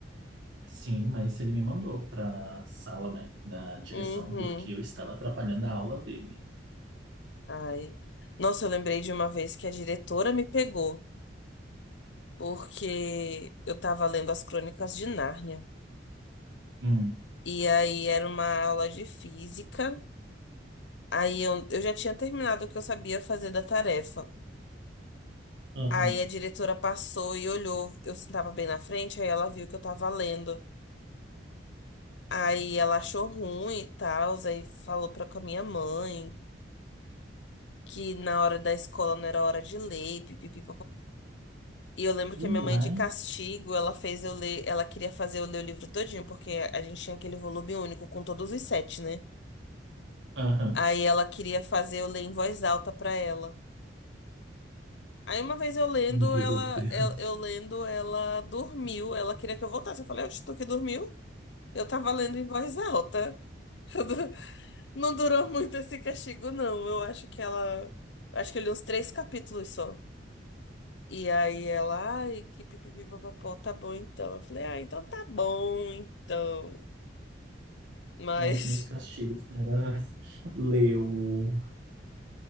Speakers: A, on the right; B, on the left.
A: Sim, mas ele me mandou para sala, né, da direção
B: Uhum.
A: porque eu estava atrapalhando a aula dele.
B: Ai. Nossa, eu lembrei de uma vez que a diretora me pegou, porque eu tava lendo as Crônicas de Nárnia.
A: Hum.
B: E aí era uma aula de física. Aí eu, eu já tinha terminado o que eu sabia fazer da tarefa.
A: Aham.
B: Aí a diretora passou e olhou. Eu sentava bem na frente, aí ela viu que eu tava lendo. Aí ela achou ruim e tal, aí falou pra com a minha mãe que na hora da escola não era hora de ler, pipipi, E eu lembro que
A: Uai.
B: a minha mãe, de castigo, ela fez eu ler, ela queria fazer eu ler o livro todinho, porque a gente tinha aquele volume único com todos os sete, né?
A: Aham.
B: Aí ela queria fazer eu ler em voz alta pra ela. Aí uma vez eu lendo,
A: Meu
B: ela,
A: Deus.
B: eu, eu lendo, ela dormiu, ela queria que eu voltasse. Eu falei, oxe, tu que dormiu? Eu tava lendo em voz alta. <laughs> Não durou muito esse castigo, não. Eu acho que ela, acho que eu li uns três capítulos só. E aí ela, ai, que pipipi, papapó, tá bom então. Eu falei, ah, então tá bom então. Mas,
A: Não, os meus castigos era <laughs> leu